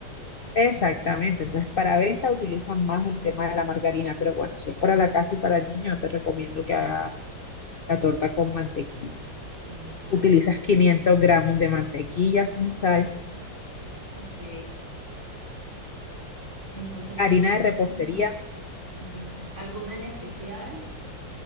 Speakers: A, on the left; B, on the right.
A: exactamente. Entonces para venta utilizan más el tema de la margarina, pero bueno, si es para la casa y para el niño, yo te recomiendo que hagas la torta con mantequilla.
B: Sí, claro.
A: Utilizas 500 gramos de mantequilla sin sal,
B: Ok. Entonces van
A: harina de repostería.
B: es una margarina. ¿Alguna en especial?